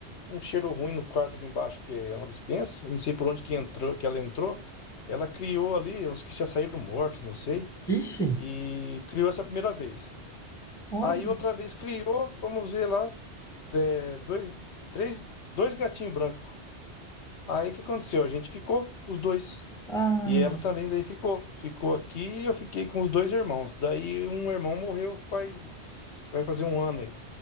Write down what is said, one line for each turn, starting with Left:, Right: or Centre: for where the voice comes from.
Left: um cheiro ruim no quarto de embaixo, que é uma despensa, Eu não sei por onde que entrou, que ela entrou. Ela criou ali, os que já saíram mortos, não sei,
Centre: ixi,
Left: e criou essa primeira vez.
Centre: olha.
Left: Aí outra vez criou, fomos ver lá, é, dois, três, dois gatinhos brancos. Aí o que aconteceu? A gente ficou com os dois.
Centre: Ah,
Left: E ela também daí ficou. Ficou aqui e eu fiquei com os dois irmãos. Daí um irmão morreu faz... vai fazer um ano aí.